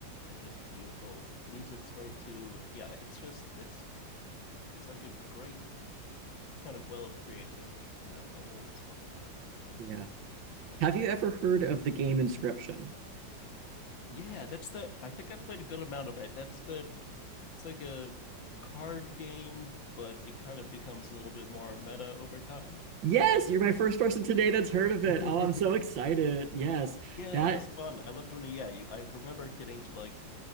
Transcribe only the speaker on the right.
Yeah. Have you ever heard of the game Inscription?
Yes, you're my first person today that's heard of it.
Oh, I'm so excited. Yes.
That